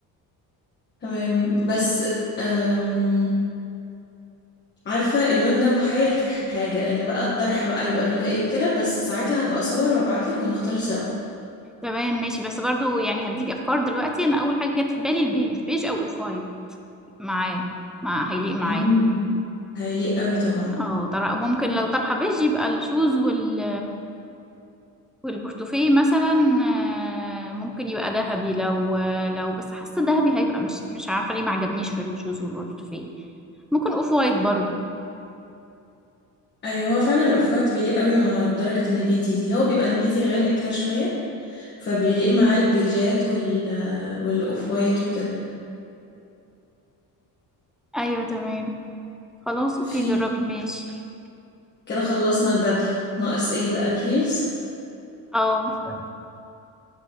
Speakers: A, on the left; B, in the centre.
A: تمام بس أم... عارفة اللون ده محير في حاجة ان بقى الطرحة بقى يبقى لونها ايه وكده بس ساعتها هبقى اصور وابعتلك ونختار سوا
B: تمام ماشي بس برضو يعني هديك افكار دلوقتي انا اول حاجه جت في بالي البيج بيج او اوف وايت معاه مع هيليق معاه
A: امم هيليق قوي طبعا
B: اه طرح ممكن لو طرحه بيج يبقى الشوز وال والبورتوفيه مثلا آه، ممكن يبقى ذهبي لو لو بس حاسه ذهبي هيبقى مش مش عارفه ليه ما عجبنيش في الشوز والبورتوفيه ممكن اوف وايت برضو
A: ايوه هو فعلا الاوفات بيليق قوي مع درجة النبيتي دي هو بيبقى نبيتي غامق كده شوية فبيليق معاه البيجات وال والاوف وايت وكده
B: ايوه تمام خلاص اوكي
A: في
B: جربي ماشي
A: كده خلصنا البدلة ناقص ايه بقى الهيلز
B: اه طيب.